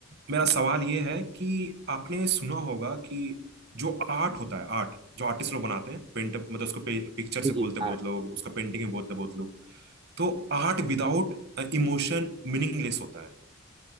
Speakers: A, on the right (about 50°); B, on the right (about 25°).
A: मेरा सवाल ये है कि आपने सुना होगा कि जो आर्ट होता है आर्ट जो आर्टिस्ट लोग बनाते हैं पेंट मतलब उसको पिक्चर से
B: जी
A: बोलते
B: जी
A: हैं बहुत
B: आर्ट
A: लोग उसको पेंटिंग में बोलते हैं बहुत लोग तो आर्ट विदाउट इमोशन मीनिंगलेस होता है